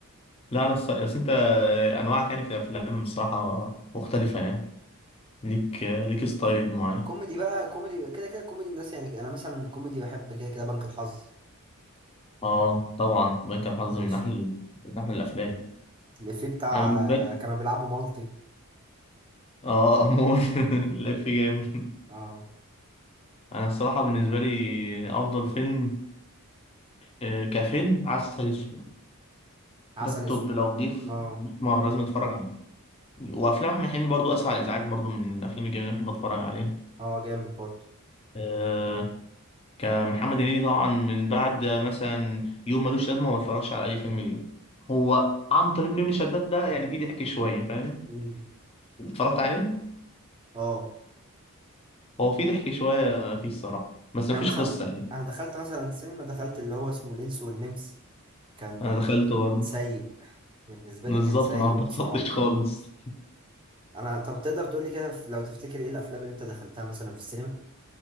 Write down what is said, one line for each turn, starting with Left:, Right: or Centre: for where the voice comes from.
Left: لا انا الص- بس انت آه، انواعك يعني في الافلام الصراحة مختلفة يعني ليك آه، ليك ستايل معين
Right: كوميدي بقى كوميدي كده كده كوميدي الناس يعني انا مثلا كوميدي بحب كده كده بنك الحظ
Left: اه طبعا بنك الحظ
Right: ماشي
Left: من احلى من احلى الافلام
Right: الافيه بتاع
Left: انا بالنسبة لي
Right: آه، كانوا بيلعبوا مالتي
Left: اه امور <laughs> لا في جامد
Right: اه
Left: انا الصراحة بالنسبة لي افضل فيلم آه، كفيلم عسل
Right: مم.
Left: اسود
Right: عسل
Left: ده التوب
Right: اسود
Left: لو جه في
Right: اه
Left: 100 مرة لازم اتفرج عليه وافلام احمد حلمي برضو اسف على الازعاج برضو من الافلام الجميلة اللي بحب اتفرج عليه
Right: اه جامد برضه
Left: أه كمحمد هنيدي طبعا من بعد مثلا يوم ملوش لازمة ما بتفرجش على اي فيلم ليه هو عنتر ابن ابن شداد ده يعني فيه ضحك شوية فاهم
Right: مم.
Left: اتفرجت عليه
Right: اه
Left: هو فيه ضحك شوية فيه الصراحة بس
Right: يعني
Left: مفيش
Right: مثلا
Left: قصة يعني
Right: انا دخلت مثلا سينما دخلت اللي هو اسمه الانس والنمس كان
Left: انا دخلته برضه
Right: سيء بالنسبه
Left: بالظبط
Right: لي كان سيء
Left: ما اتبسطتش
Right: بصراحه
Left: خالص
Right: انا طب تقدر تقول لي كده في- لو تفتكر ايه الافلام اللي انت دخلتها مثلا في السينما